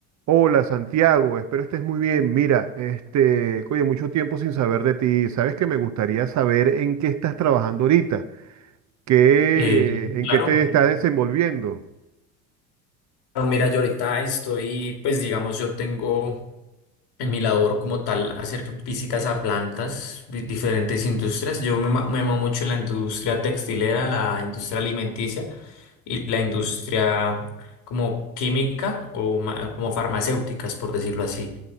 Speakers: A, on the right; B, on the left.
A: Hola Santiago, espero estés muy bien. Mira, este, oye, mucho tiempo sin saber de ti. Sabes que me gustaría saber en qué estás trabajando ahorita, qué,
B: Eh,
A: en
B: claro,
A: qué te estás desenvolviendo.
B: Claro, mira, yo ahorita estoy, pues digamos, yo tengo en mi labor como tal hacer visitas a plantas, di- diferentes industrias. Yo me, ma- me muevo mucho en la industria textilera, la industria alimenticia y la industria como química o ma- como farmacéuticas, por decirlo así.